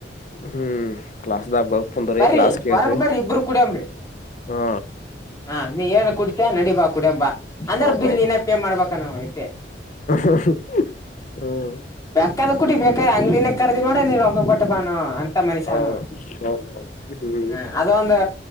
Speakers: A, on the left; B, on the left.
A: ಹ್ಮ್ ಕ್ಲಾಸ್್ದಾಗ ಬರ್ ಬಂದ್ರಿ
B: ಬರ್ರಿ
A: ಕ್ಲಾಸ್ ಕೇಳ್ರಿ
B: ಹೊರಗ್ ಬರ್ರಿ ಇಬ್ರು ಕುಡಿಯಮ್ರಿ
A: ಹಾ
B: ಹಾ ನೀ ಏನ್ ಕುಡಿತಿಯ ನಡಿ ಬಾ ಕುಡ್ಯಂಬಾ ಅಂದ್ರ
A: ಹೌದೌದು
B: ಬಿಲ್ ನೀನ ೇ ಮಾಡ್ಬೇಕ ನಾವು ಐಟ್ಟೇ
A: ಹ್ಮ
B: ಬೇಕದ ಕುಟಿ ಬೇಕ ಅಂಗ್ಿನ ಕರದಿ ಮಾಡ್ರ ನೀ ಒಕಬಟ್ಟ ಬಾನು ಅಂತ ಮನ್ಷ್ಯಾನ
A: ಹೌದೌದು ಹ್ಮ್
B: ಹ್ಮ ಅದ ಒಂದು